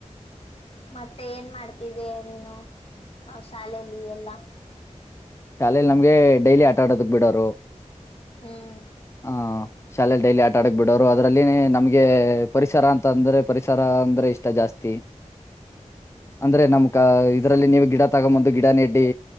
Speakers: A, on the left; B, on the left.
A: ಮತ್ತೆ ಏನ್ ಮಾಡ್ತಿದ್ದೆ ನೀನು ಶಾಲೆಲ್ಲಿ ಎಲ್ಲಾ.
B: ಶಾಲೇಲಿ ನಮ್ಗೆ ಡೈಲಿ ಆಟ ಆಡೋದಕ್ ಬಿಡೋರು.
A: ಹ್ಮ್
B: ಹ ಶಾಲೆೆಯಲ್ಲಿ ಡೈಲಿ ಆಟ ಆಡಕ್ ಬಿಡೋರು, ಅದ್ರಲ್ಲಿ ನಮ್ಗೆ ಪರಿಸರ ಅಂತ ಅಂದ್ರೆ ಪರಿಸರ ಅಂದ್ರೆ ಇಷ್ಟ ಜಾಸ್ತಿ.
A: ಹ
B: ಅಂದ್ರೆ ನಮ್ಕ ಇದ್ರಲ್ಲಿ ನೀವು ಗಿಡ ತಗೊಂಬಂದು ಗಿಡ ನೆಟ್ಟಿ